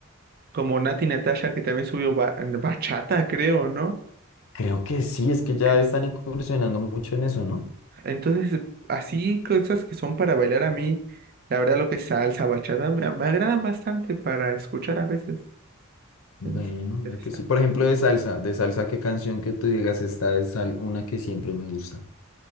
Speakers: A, on the right (about 45°); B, on the left (about 70°).
A: como Nati Natasha, que también subió ba- bachata, creo, ¿no?
B: Creo que sí, es que ya
A: En-
B: están incursionando mucho en eso, ¿no?
A: Entonces, así cosas que son para bailar a mí, la verdad lo que es salsa, bachata, me, me agradan bastante para escuchar a veces.
B: Bueno,
A: Es bastante
B: mira
A: interesante.
B: que sí. Por ejemplo, de salsa, de salsa, ¿qué canción que tú digas esta es sal- una que siempre me gusta?